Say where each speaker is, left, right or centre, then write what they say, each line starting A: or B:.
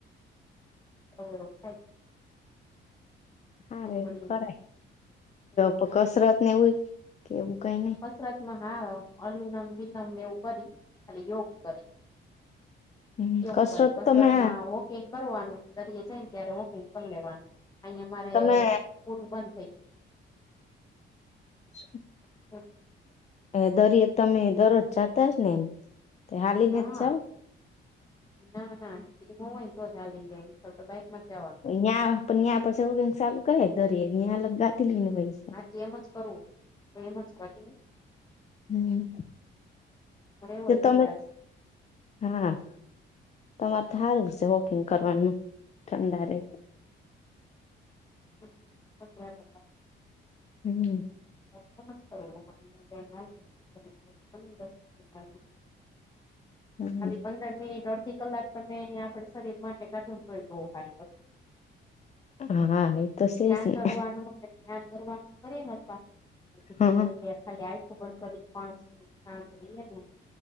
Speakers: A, on the left (about 20°); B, on the left (about 35°).
A: એવું બધું ખાઈ.
B: હારે
A: વળી
B: કરાય. તો કસરત ને એવુંય? કે એવું કાંઈ નહીં?
A: કસરતમાં હા, અનુલોમ વિલોમ ને એવું કરી, ખાલી યોગ કરી.
B: હમ
A: યોગ કરી. કસરત
B: તમે
A: માં વોક વોકિંગ કરવાનું, <unintelligible> જઈન ત્યારે વોકિંગ કર લેવાનું. અહીંયાં મારે
B: તમે
A: પૂલ બંધ થઇ ગયું.
B: <inaudible>
A: હમ
B: અઈયા દરિયે તમે દરરોજ જાતા જ ને તે હાલીને
A: હા
B: જ જાવ
A: ના ના એ તો <unintelligible> હોય ને તો જ હાલી જાય <unintelligible> તો બાઈક માં જવાનું
B: ન્યાં તો ન્યાં પસી <unintelligible> ચાલુ કરે દરીયે અં લગાતી લઈ ને ભાઈ
A: હા તેમ જ કરવું તો એમ જ કરીને
B: હમ
A: મારે એવો
B: એ
A: જ
B: તમે
A: વિચાર છે
B: હા તમારે તો હારું સે વોકિંગ કરવાનું ઠંડાં રે
A: <unintelligible>
B: હમ
A: <inaudible>
B: હમ
A: ખાલી પંદર મિનિટ અડધી કલાક તમે અયા આપડે શરીર માટે કાઢો તોય બઉ હારી
B: હા હા એ તો સેજ
A: ધ્યાન
B: ને
A: દરવાનું ને ધ્યાન ધરવાનું કરીને <unintelligible> ધ્યાન
B: હા હા
A: દરીએ ખાલી આંયખુ બંધ કરીને પાંચ મિનિટ સાંત રહીએે ને